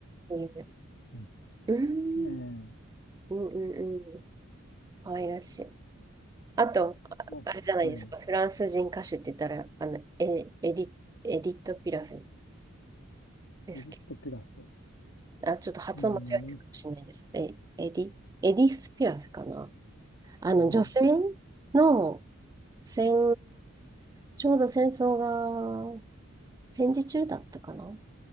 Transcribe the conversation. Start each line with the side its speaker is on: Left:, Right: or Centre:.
Right: ていう。
Left: うん。
Right: うーん、
Left: ええ、
Right: うんうんうん。可愛らしい。あと、ああれじゃないですか。
Left: もうはい。
Right: フランス人歌手って言ったら、あの、エ、エディ、エディット・ピラフですけ
Left: エジプトピラフ。
Right: ど。あ、ちょっと発音間違えてるかもしれないです。
Left: うん、う
Right: え、エディ、エディス・ピラフかな。あの、
Left: ん、
Right: 女性の戦、ちょうど戦争が戦時中だったかな